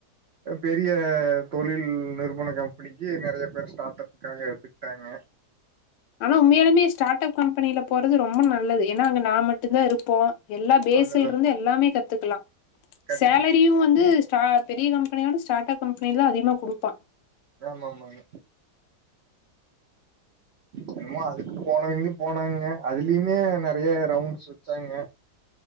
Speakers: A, on the right; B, on the left.
A: பெரிய தொழில் நிறுவன கம்பெனிக்கு நிறைய பேர் ஸ்டார்ட் அப்க்காக எடுத்துக்கிட்டாங்க
B: ஆனா உம்மையாலுமே ஸ்டார்ட் அப் கம்பெனில போறது ரொம்ப நல்லது ஏன்னா அங்க நா மட்டுந்தா இருப்போ எல்லா பேஸ்ல
A: அதுதா
B: இருந்து எல்லாமே கத்துக்கலா
A: கண்டிப்பாங்க
B: சேலரியும் வந்து ஸ்ட்ரா பெரிய கம்பெனியோட ஸ்டார்ட் அப் கம்பெனியில தான் அதிகமா குடுப்பான்
A: ஆமா ஆமாங்க என்னமோ அதுக்கு போனவங்க போனாங்க அதுலயுமே நிறைய ரவுண்ட்ஸ் வச்சாங்க